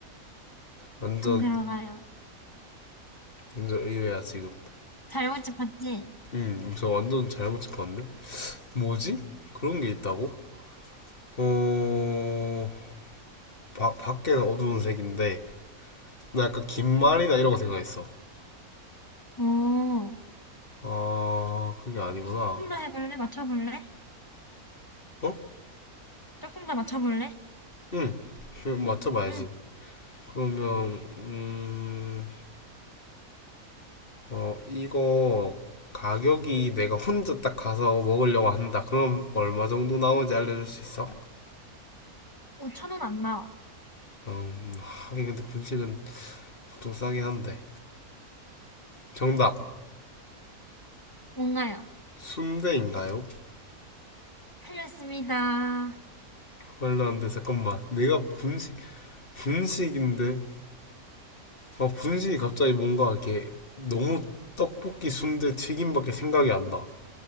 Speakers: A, on the left (about 40°); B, on the left (about 15°).
A: 완전
B: 안 들어가요.
A: 완전 의외야 지금.
B: 잘 맞춰봤지?
A: 음, 저 완전 잘못 짚었는데? 뭐지? 그런 게 있다고? 어, 바, 밖에는 어두운 색인데 나 약간 김말이나 이런 거 생각했어.
B: 오.
A: 아, 그게 아니구나.
B: 조금 더 해볼래? 맞춰볼래?
A: 어?
B: 조금 더 맞춰볼래?
A: 응, 그럼 맞춰봐야지.
B: 응.
A: 그러면 음. 어, 이거 가격이 내가 혼자 딱 가서 먹으려고 한다. 그럼 얼마 정도 나오는지 알려줄 수 있어?
B: 5천 원 안 나와.
A: 음, 하긴 근데 분식은 보통 싸긴 한데. 정답,
B: 뭔가요?
A: 순대인가요?
B: 틀렸습니다.
A: 말려는데 잠깐만, 내가 분식, 분식인데? 어, 분식이 갑자기 뭔가 이렇게 너무 떡볶이, 순대, 튀김밖에 생각이 안 나.